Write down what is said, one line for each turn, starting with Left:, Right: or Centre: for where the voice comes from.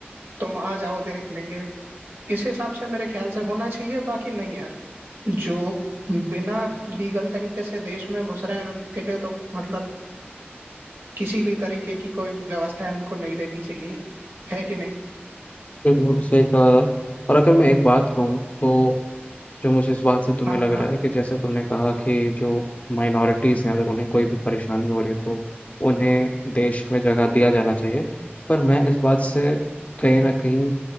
Right: तुम आ जाओ देख लेंगे इस हिसाब से मेरे ख्याल से होना चाहिए बाकी नहीं यार जो बिना लीगल तरीके से देश में घुस रहे हैं उनके लिए तो मतलब किसी भी तरीके की कोई व्यवस्था है उनको नहीं देनी चाहिए है कि नहीं
Left: बिल्कुल सही कहा यार और अगर मैं एक बात कहूँ तो जो मुझे इस बात से तुम्हें
Right: हाँ
Left: लग
Right: हाँ
Left: रहा है कि जैसे तुमने कहा कि जो माइनॉरिटीज़ हैं अगर उन्हें कोई भी परेशानी हो रही है तो उन्हें देश में जगह दिया जाना चाहिए पर मैं इस बात से कहीं ना कहीं